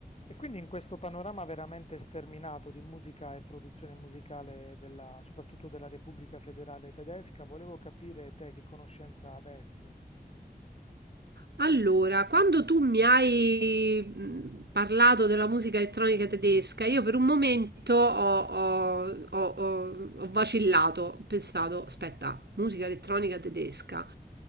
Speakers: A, on the left; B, on the right.
A: E quindi in questo panorama veramente sterminato di musica e produzione musicale della, soprattutto della Repubblica Federale Tedesca, volevo capire te che conoscenza avessi.
B: Allora, quando tu mi hai mh, parlato della musica elettronica tedesca, io per un momento ho, ho- ho- ho- ho vacillato, ho pensato, aspetta, musica elettronica tedesca.